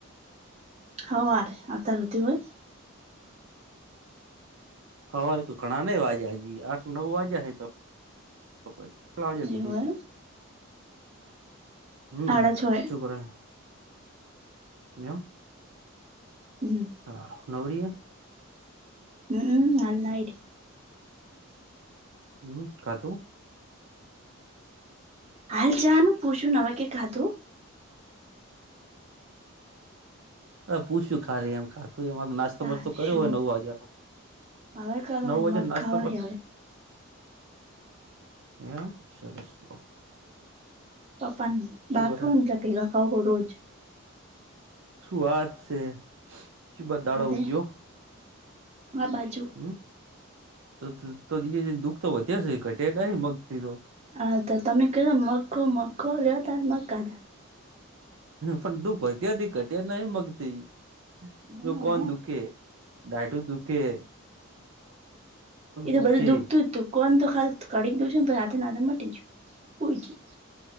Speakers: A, on the right; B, on the right.
A: હવારે અત્યાર હુદી હોય
B: હવારે તું ઘણા નહી વાગ્યાં હજી આઠ નવ વાજ્યા હે તો. કેટલા વાગે પીધી
A: એ હોય
B: તી હમ્મ
A: સાડા છ એ
B: ચુપ રહે ન્યાં આવ
A: હમ
B: હા નવરી હે
A: ઉ ઉમ્મ હાલ નાઈટ
B: હમ્મ ખાદુ
A: હાલ ચા નું પૂછું ન હવે કે ખાદુ
B: અરે પૂછ્યું ખાલી એમ ખાતું એમાં તો નાસ નાસ્તો
A: તારશું
B: બાસ્તો કર્યો હોય નવ વાગ્યાનો
A: હવે કરો
B: નવ
A: હે
B: વાજ્યા
A: મગ
B: નાસ્તો
A: ખાવા
B: બાસ્તો
A: હે હવે
B: એમ સરસ લો.
A: પપાન બાપ
B: શું કરે
A: હું ન તે <unintelligible> રોજ.
B: શું વાત છે? ચીબા દાડો
A: અરે
B: ઉજ્યો
A: આ બાજુ
B: હમ? તો તો <inaudible> દુઃખ તો વધ્યા છે ઘટે કાહે મગથી તો.
A: હા તો તમે કયો મખો મખો લો તાર મખાન.
B: પણ દુઃખ વધ્યા તી ખટ્યા નહી મગતી
A: હમ
B: જો કોણ દુખે. દાયઢું દુઃખે.
A: એ તો
B: દુખે
A: બધું દુખતું જ તું. કોણ તો ખાસ કડીન દઉ છે ન તો હાથે ન હાથે મટી જયું. સુઈ જયું.